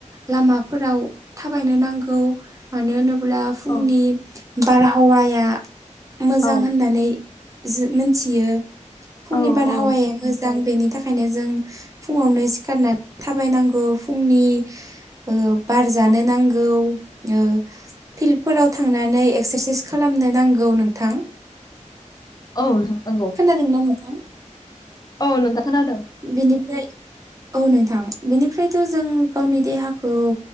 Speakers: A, on the right (about 25°); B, on the left (about 30°).
A: लामाफोराव थाबायनो नांगौ मानो होनोब्ला अब्ला फुंनि
B: औ
A: बारहावाया मोजां
B: औ
A: होननानै मिथियो फुंनि
B: औ
A: बारहावाया
B: औ
A: मोजां बेनि थाखायनो जों फुङावनो सिखारनानै थाबायनांगौ फुंनि ओ बार जानो नांगौ ओ फिल्डफोराव थांनानै एक्सारसाइस खालामनो नांगौ नोंथां।
B: औ नोंथां नंगौ।
A: खोदोंना नोंथां?
B: औ नोंथां खोनादों।
A: बिनिफ्राय औ नोंथां बेनिफ्रायथ' जों गावनि देहाखौ